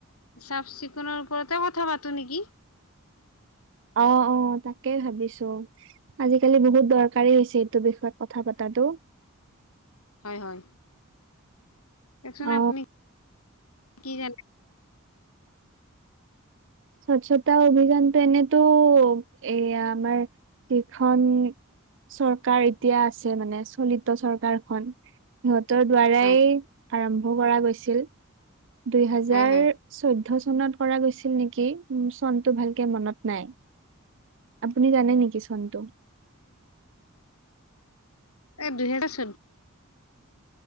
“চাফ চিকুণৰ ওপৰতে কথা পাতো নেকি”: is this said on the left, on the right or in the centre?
Left